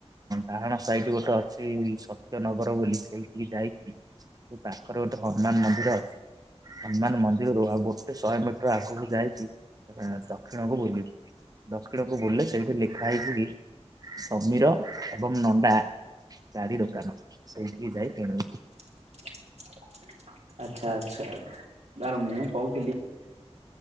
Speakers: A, on the right; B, on the right.
A: ଡାହାଣ ସାଇଟ୍ ଗୋଟେ ଅ ଅଛି ସତ୍ୟନଗର ବୋଲି, ସେଇଠିକି ଯାଇକି ସେ ପାଖରେ ଗୋଟେ ହନୁମାନ୍ ମନ୍ଦିର ଅଛି। ହନୁମାନ ମନ୍ଦିରରୁ ଆଉ ଗୋଟେ ଶହେ ମିଟର ଆଗକୁ ଯାଇକି ଆଁ ଦକ୍ଷିଣକୁ ବୁଲିବୁ, ଦକ୍ଷିଣକୁ ବୁଲିଲେ ସେଇଠି ଲେଖା ହେଇଚି ସମୀର ଏବଂ ନଣ୍ଡା ଗାଡି ଦୋକାନ। ସେଇଠିକି ଯାଇ କିଣିବୁ।
B: ଆଚ୍ଛା ଆଚ୍ଛା। ତାହେଲେ ମୁଁ କହୁଥିଲି